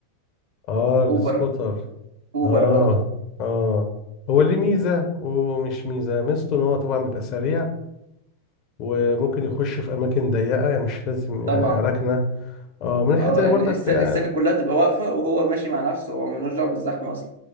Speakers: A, on the left; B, on the right.
A: اه السكوتر
B: اوبر اوبر
A: اه
B: برضو
A: اه هو ليه ميزة ومش ميزة ميزته ان هو طبعا بيبقى سريع وممكن
B: مم.
A: يخش في اماكن ضيقة يعني مش لازم يعني
B: طبعا
A: ركنة اه من ناحية
B: اه
A: تانية
B: يعني
A: برضك
B: الس-
A: يعني
B: السكة كلها تبقى واقفة وهو ماشي مع نفسه هو ملوش دعوة بالزحمة اصلا